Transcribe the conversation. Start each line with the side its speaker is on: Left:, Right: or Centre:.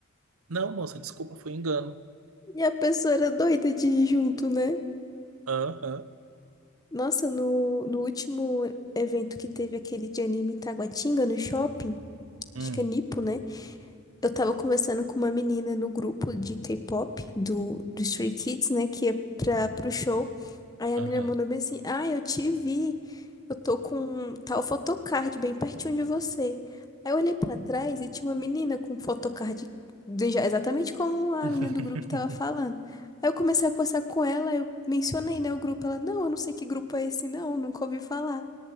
Right: Não, moça, desculpa, foi engano.
Left: E a pessoa era doida de ir junto, né?
Right: Aham,
Left: Nossa, no, no último evento que teve aquele de anime em Taguatinga, no shopping,
Right: hum,
Left: acho que é Nipo, né? Eu tava conversando com uma menina no grupo de K-pop do, do Stray Kids, né? Que é pra, pro show. Aí a
Right: aham.
Left: menina mandou bem assim: Ah, eu te vi. Eu tô com tal photocard bem pertinho de você. Aí eu olhei pra trás e tinha uma menina com photocard de- já- exatamente como a
Right: <laughs>
Left: menina do grupo tava falando. Aí eu comecei a conversar com ela, eu mencionei, né, o grupo. Ela, não, eu não sei que grupo é esse, não, nunca ouvi falar.